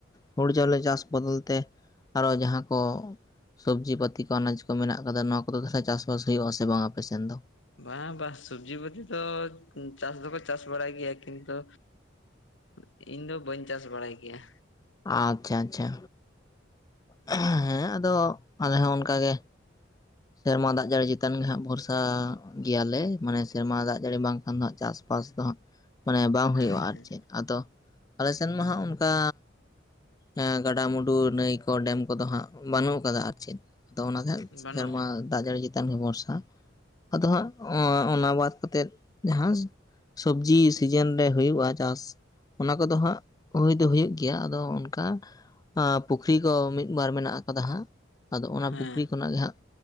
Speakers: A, on the left (about 20°); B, on the left (about 80°).
A: ᱦᱩᱲᱩ ᱪᱟᱣᱞᱮ ᱪᱟᱥ ᱵᱚᱫᱚᱞ ᱛᱮ ᱟᱨᱚ ᱡᱟᱦᱟᱸ ᱠᱚᱼᱼ ᱥᱚᱵᱽᱡᱤ ᱯᱟᱹᱛᱤ ᱠᱚ ᱟᱱᱟᱡᱽ ᱠᱚ ᱢᱮᱱᱟᱜ ᱠᱟᱫᱟ ᱱᱚᱣᱟ ᱠᱚᱫᱚ ᱛᱟᱦᱚᱞᱮ ᱪᱟᱥᱵᱟᱥ ᱦᱩᱭᱩᱜ-ᱟ ᱥᱮ ᱵᱟᱝ ᱟᱯᱮ ᱥᱮᱱ ᱫᱚ?
B: ᱵᱟᱝ ᱵᱟ ᱥᱩᱵᱽᱡᱤ ᱯᱟᱛᱤ ᱫᱚ ᱩᱸ ᱪᱟᱥ ᱫᱚᱠᱚ ᱪᱟᱥ ᱵᱟᱲᱟᱭ ᱜᱮᱭᱟ ᱠᱤᱱᱛᱩᱼᱼ ᱩᱸᱜ ᱤᱧ ᱫᱚ ᱵᱟᱹᱧ ᱪᱟᱥ ᱵᱟᱲᱟᱭ ᱜᱮᱭᱟ᱾
A: ᱟᱪᱪᱷᱟ ᱟᱪᱪᱷᱟ᱾ ᱦᱮᱸ ᱟᱫᱚ ᱟᱞᱮ ᱦᱚᱸ ᱚᱱᱠᱟ ᱜᱮ᱾ ᱥᱮᱨᱢᱟ ᱫᱟᱜ ᱡᱟᱹᱲᱤ ᱪᱮᱛᱟᱱ ᱜᱮ ᱦᱟᱸᱜ ᱵᱷᱚᱨᱥᱟ ᱜᱮᱭᱟ ᱞᱮ ᱢᱟᱱᱮ ᱥᱮᱨᱢᱟ ᱫᱟᱜ ᱡᱟᱹᱲᱤ ᱵᱟᱝᱠᱷᱟᱱ ᱫᱚ ᱦᱟᱸᱜ ᱪᱟᱥᱼᱼ ᱯᱟᱥ ᱫᱚ ᱦᱟᱸᱜ ᱢᱟᱱᱮ ᱵᱟᱝ
B: ᱦᱮᱸ
A: ᱦᱩᱭᱩᱜ-ᱟ ᱟᱨ
B: ᱦᱮᱸ
A: ᱪᱮᱫ ᱟᱫᱚ ᱟᱞᱮ ᱥᱮᱱ ᱢᱟ ᱦᱟᱸᱜ ᱚᱱᱠᱟᱼᱼ ᱮᱸᱻ ᱜᱟᱰᱟ ᱢᱩᱰᱩ ᱱᱟᱹᱭ ᱠᱚ ᱰᱮᱢ ᱠᱚᱫᱚ ᱦᱟᱸᱜ ᱵᱟᱱᱩᱜ ᱠᱟᱫᱟ ᱟᱨ ᱪᱮᱫ ᱟᱫᱚ ᱚᱱᱟ ᱛᱮ
B: ᱵᱟᱹᱱᱩᱜᱼᱟ
A: ᱦᱟᱸᱜᱼᱼ ᱫᱟᱜ ᱡᱟᱹᱲᱤ ᱪᱮᱛᱟᱱ ᱜᱮ ᱵᱚᱨᱥᱟ ᱟᱫᱚ ᱦᱟᱸᱜ ᱚᱸ ᱚᱱᱟ ᱵᱟᱫ ᱠᱟᱛᱮᱜᱼᱼ ᱡᱟᱦᱟᱸ ᱥᱚᱵᱽᱡᱤ ᱥᱤᱡᱤᱱ ᱨᱮ ᱦᱩᱭᱩᱜ-ᱟ ᱪᱟᱥᱼᱼ ᱚᱱᱟ ᱠᱚᱫᱚ ᱦᱟᱸᱜ ᱦᱩᱭ ᱫᱚ ᱦᱩᱭᱩᱜ ᱜᱮᱭᱟ ᱟᱫᱚ ᱚᱱᱠᱟᱼᱼ ᱟᱸᱻ ᱯᱩᱠᱷᱨᱤ ᱠᱚ ᱢᱤᱜ ᱵᱟᱨ ᱢᱮᱱᱟᱜ ᱟᱠᱟᱫᱟ ᱦᱟᱸᱜ ᱟᱫᱚ ᱚᱱᱟ
B: ᱦᱮᱸ
A: ᱯᱩᱠᱷᱨᱤ ᱠᱷᱚᱱᱟᱜ ᱜᱮ ᱦᱟᱸᱜᱼᱼ